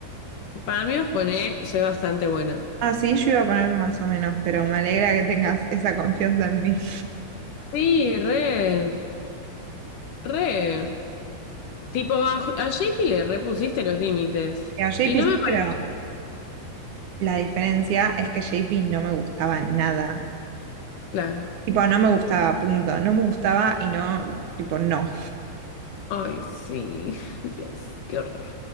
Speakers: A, on the left; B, on the right.
A: para mí os pone, soy bastante buena.
B: Ah, sí, yo iba a poner más o menos, pero me alegra que tengas esa confianza en mí.
A: Sí, re, re. Tipo, a, a JP le repusiste los límites.
B: A JP
A: Y no
B: sí,
A: me parece
B: pero la diferencia es que J P no me gustaba nada.
A: claro.
B: Tipo, no me gustaba, punto. No me gustaba y no, tipo, no.
A: Ay, sí, <laughs> Dios, qué horror.